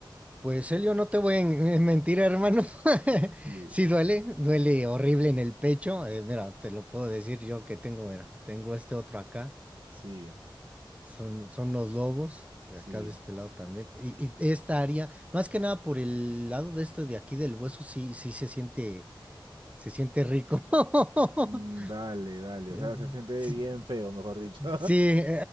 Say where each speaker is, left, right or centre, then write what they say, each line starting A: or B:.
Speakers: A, on the right; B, on the right.
A: Pues Elio, no te voy a en eh, mentir, hermano. <laughs>
B: Sí,
A: Sí duele, duele horrible en el pecho. Eh, mira, te lo puedo decir yo que tengo, mira, tengo este otro acá.
B: sí,
A: Son, son los lobos, de
B: sí.
A: acá de este lado también. Y, y esta área, más que nada por el lado de esto de aquí del hueso, sí, sí se siente, se siente rico. <laughs>
B: Mm, Dale, dale.
A: Eh,
B: O sea, se siente
A: Sí,
B: bien feo, mejor dicho. <laughs>
A: sí,